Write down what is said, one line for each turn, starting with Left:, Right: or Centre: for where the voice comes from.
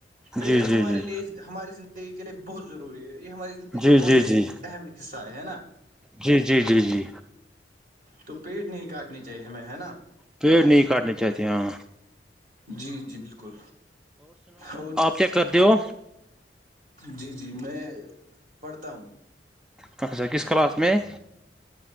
Right: پیڑ
Centre: جی جی
Right: ہمارے
Centre: جی
Right: لیے ہماری زندگی کے لیے بہت ضروری ہے یہ ہماری زندگی
Centre: جی
Right: کا بہت
Centre: جی جی
Right: ایک اہم حصہ ہے نا
Centre: جی جی جی جی
Right: تو پیٹ نہیں کاٹنی چاہیے ہمیں ہے نا
Centre: پیڑ نہیں کرنے چاہیتے ہاں
Right: جی جی بالکل اور
Centre: چیک کر د ہو
Right: جی - جی میں پڑھتا ہوں
Centre: قبضہ کس کلاس میں-